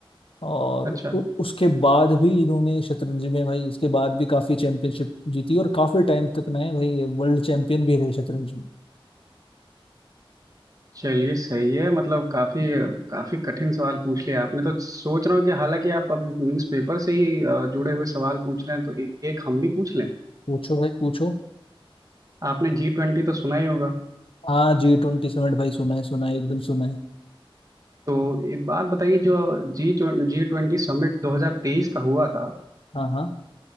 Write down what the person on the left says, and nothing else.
और
उ, उसके बाद भी इन्होंने शतरंज में भाई उसके बाद भी काफी चैंपियनशिप जीती और काफी टाइम तक ना है भाई ये वर्ल्ड चैंपियन भी रहे शतरंज में
पूछो भाई पूछो
हाँ जी ट्वेंटी समिट भाई सुना है सुना है एकदम सुना है
हाँ हाँ